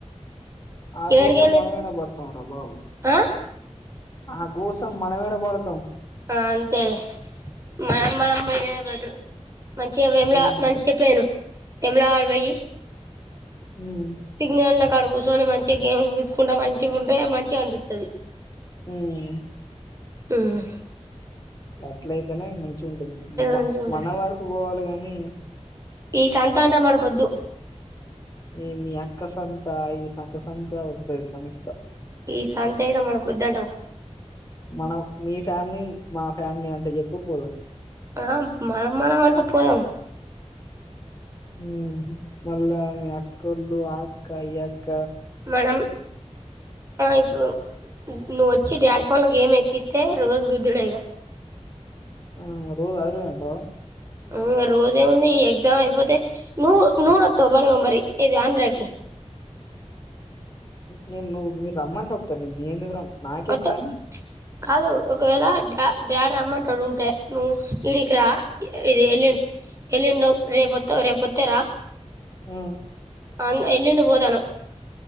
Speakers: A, on the left (about 30°); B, on the right (about 25°).
A: ఆ కోసం
B: ఏడికైనా
A: మనమైనా పడతాం రా బాబు
B: ఆ
A: ఆ కోసం మనమద పడతాం
B: ఆ అంతే మనం మనం ఏ బడు మంచిగావేమిలా
A: ఉమ్
B: మంచి చెప్పాను తల అడవయి
A: ఉమ్
B: సిగ్నల్ న కేసోని మంచిగ గేమ్ కూతుకుంట మంచి మంచిగుంటే మంచి అనిపితది
A: హ్మ్
B: హ్మ్
A: అట్లయితేనే మంచి ఉంటది
B: మంచిగా ఉంటది
A: మన వరకు పోవాలి కాని హ్మ్
B: ఈ సంతాంట మనకు వద్దు
A: ఏ మీ అక్క సంతయి సంత సంత వతుది సంస్థ
B: ఈ సంత అయితే మన కోద్దంటవ
A: మనం మీ ఫ్యామిలీ మా ఫ్యామిలీ అంతా చెప్పు పోదాం
B: ఆ మనం మనం వంటా పోదం
A: ఉ మళ్ళా మీ అక్కళ్ళు ఆ అక్క ఈ అక్క
B: మనం ఇప్పుడు నువ్వు వచ్చి డాడ్ ఫోన్లో గేమ్ ఎక్కిస్తతే రోజు గుద్దుడేగా
A: ఆ రోజు ఆఐంటావా
B: అవు రోజేముంది ఈ ఎగ్జామ్ అయిపోతే నూ నూడొద్దావు బనివా మరి ఇది ఆంధ్రాకి
A: నేను నువ్వు మీరు రమ్మంటే వత నే నేను ఎందుక్ రన్ నాకేం
B: వత్త
A: పని
B: కాదు ఒకవేళ డాడ్ రమంటారు ఉంటే ను ఈడికిరా ఇది ఎలి ఎలిండు రేప్ రేప్ వత్తరా
A: ఆ
B: అవన్ ఎల్లిండి పోతనం